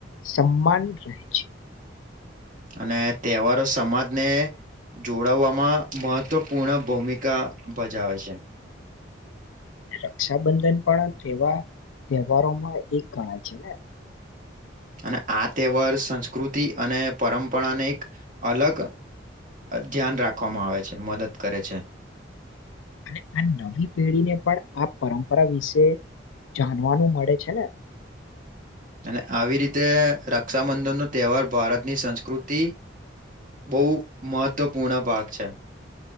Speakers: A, on the left (about 85°); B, on the right (about 40°).
A: સમ્માન રહે છે
B: અને તહેવારો સમાજને જોડાવવામાં મહત્વપૂર્ણ ભૂમિકા ભજાવે છે
A: રક્ષાબંધન પણ તેવા તહેવારોમાં એક ગણાય છે ને
B: અને આ તહેવાર સંસ્કૃતિ અને પરંપરાને એક અલગ ધ્યાન રાખવામાં આવે છે મદદ કરે છે
A: અને આ નવી પેઢીને પણ આ પરંપરા વિશે જાણવાનું મળે છે ને
B: અને આવી રીતે રક્ષાબંધન નો તહેવાર ભારતની સંસ્કૃતિ બહુ મહત્વપૂર્ણ ભાગ છે